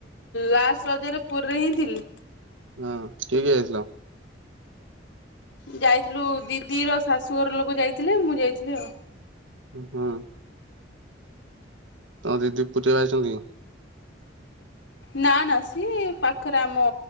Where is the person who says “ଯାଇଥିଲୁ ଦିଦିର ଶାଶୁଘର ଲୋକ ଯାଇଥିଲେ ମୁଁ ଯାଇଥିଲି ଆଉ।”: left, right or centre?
Left